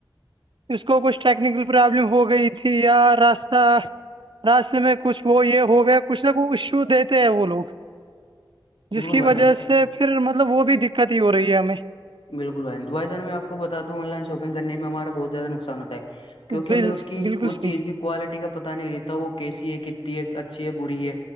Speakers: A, on the right; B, on the left.
A: اس کو کچھ ٹیکنیکل پرابلم ہو گئی تھی یا راستہ راستے میں کچھ وہ یہ ہو گیا کچھ نہ کچشو دیتے ہیں وہ لوگ جس
B: بالکل
A: کی
B: بھائی
A: وجہ
B: جان
A: سے پھر مطلب وہ بھی دقت ہی ہو رہی ہے ہمیں
B: بالکل بائی تو بائی جان میں آپ کو بتاوں آن لن شاپنگنے میں ہمارا بہتیادہ نقص ہو ہے کیونکہ
A: بل
B: ہمیں اس کی
A: بالکل
B: اس
A: صحیح
B: چیز کی کوالٹی کا پتا نہیں رہتا وہ کیسی ہے کتتی ہے اچھی ہے بری ہے